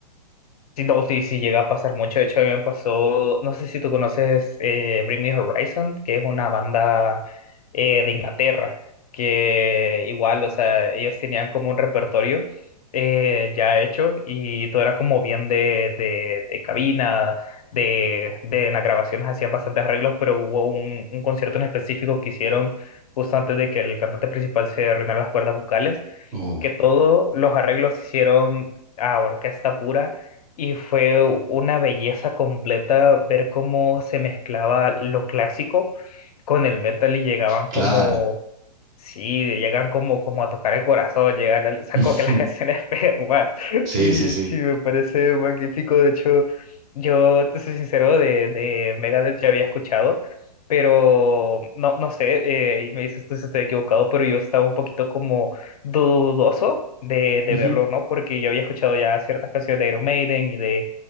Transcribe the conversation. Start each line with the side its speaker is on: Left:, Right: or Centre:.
Left: Sí, no, sí, sí llega a pasar mucho. De hecho, a mí me pasó, no sé si tú conoces eh, Bring Me Horizon, que es una banda eh, de Inglaterra, que igual, o sea, ellos tenían como un repertorio eh, ya hecho y todo era como bien de, de, de cabina, de, de en las grabaciones hacían bastantes arreglos, pero hubo un, un concierto en específico que hicieron justo antes de que el cantante principal se arruinara las cuerdas vocales
Right: Oh,
Left: que todos los arreglos se hicieron a orquesta pura y fue una belleza completa ver cómo se mezclaba lo clásico con el metal y llegaban
Right: claro.
Left: como Sí, llegan como, como a tocar el corazón, llegan, al- saco
Right: <laughs>
Left: que las canciones <laughs> pegan más.
Right: Sí,
Left: Y
Right: sí, sí.
Left: sí, me parece magnífico. De hecho, yo te soy sincero, de, de Megadeth ya había escuchado, pero no, no sé, eh, y me dices tú si estoy equivocado, pero yo estaba un poquito como dudoso de, de
Right: Ujú.
Left: verlo, ¿no? Porque yo había escuchado ya ciertas canciones de Iron Maiden y de